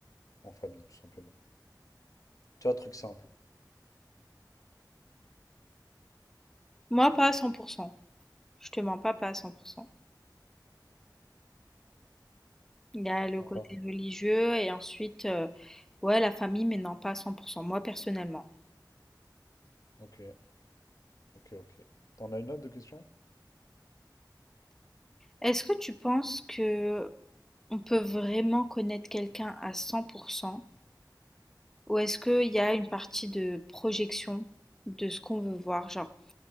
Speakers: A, on the left (about 50°); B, in the centre.
A: en famille, tout simplement. Tu vois, truc simple.
B: moi pas à cent pour cent je te mens pas, pas à cent pour cent Il y a le
A: Enfin,
B: côté religieux et ensuite, heu, ouais la famille, mais non pas à cent pour 100 moi personnellement.
A: ok, ok, ok. T'en as une autre de question?
B: Est-ce que tu penses que on peut vraiment connaître quelqu'un à cent pour 100 ou est-ce qu'il y a une partie de projection de ce qu'on veut voir? Genre